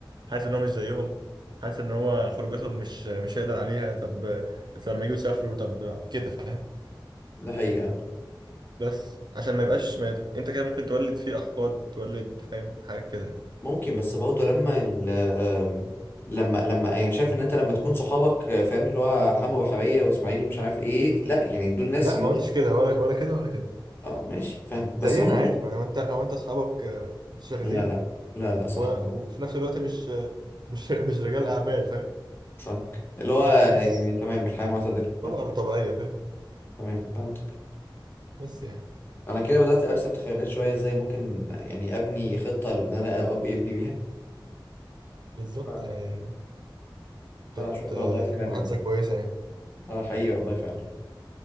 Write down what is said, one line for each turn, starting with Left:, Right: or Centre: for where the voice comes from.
Right: حاسس ان هو مش زيهم حاسس ان هو خروجاتهم مش مش هيقدر عليها طب بس لما يجوا يسافروا طب كده فاهم
Left: ده حقيقه
Right: بس عشان ما يبقاش ما يت... انت كده ممكن تولد فيه احقاد تولد فاهم حاجات كده
Left: ممكن بس برضه لما ال آم، لما لما يعني شايف ان انت لما تكون صحابك آه، فاهم اللي هو حمو بحرية واسماعيل مش عارف ايه لا يعني دول ناس
Right: لا
Left: اللي
Right: ما
Left: هو
Right: قلتش كده ولا ولا كده ولا كده
Left: اه ماشي فاهم
Right: زينا
Left: بس برضه
Right: عادي ما هو انت هو انت اصحابك آه، متشردين
Left: لا لا لا لا صح
Right: ولا
Left: عندك-
Right: وفي نفس الوقت مش مش مش رجال اعمال فاهم
Left: فاهمك اللي هو
Right: بس
Left: يعني تمام الحياة معتدلة
Right: طبعا
Left: فاهم
Right: طبيعيه فاهم
Left: تمام فهمتك
Right: بس يعني
Left: انا كده بدأت ارسم تخيلات شوية ازاي ممكن يعني ابني خطة ان انا اربي ابني بيها
Right: بالظبط
Left: ف-
Right: يعني
Left: فشكرا
Right: كانت آه،
Left: والله لكلامك
Right: محادثه
Left: ده
Right: كويسه يعني
Left: اه حقيقي والله فعلا